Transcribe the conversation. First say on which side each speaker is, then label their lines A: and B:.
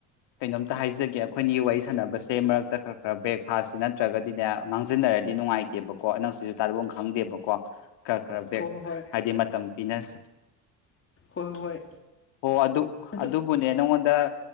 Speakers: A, on the left; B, on the left.
A: ꯀꯩꯅꯣꯝꯇ ꯍꯥꯏꯖꯒꯦ ꯑꯩꯈꯣꯏꯅꯤ ꯋꯥꯔꯤ ꯁꯥꯟꯅꯕꯁꯦ ꯃꯔꯛꯇ ꯈꯔ ꯈꯔ ꯕ꯭ꯔꯦꯛꯐꯥꯁꯁꯤ ꯅꯠꯇ꯭ꯔꯒ ꯑꯗꯨꯗ ꯃꯥꯡꯖꯤꯟꯅꯔꯗꯤ ꯅꯨꯡꯉꯥꯏꯇꯦꯕꯀꯣ ꯅꯪꯁꯨ ꯇꯥꯂꯨꯐꯝ ꯈꯪꯗꯦꯕꯀꯣ ꯈꯔ ꯈꯔ ꯕꯦꯛ
B: ꯍꯣꯏ ꯍꯣꯏ
A: ꯍꯥꯏꯗꯤ ꯃꯇꯝ ꯄꯤꯅꯁꯦ
B: ꯍꯣꯏ ꯍꯣꯏ
A: ꯑꯣ ꯑꯗꯨ
B: ꯑꯗꯨ
A: ꯑꯗꯨꯕꯨꯅꯦ ꯅꯪꯉꯣꯟꯗ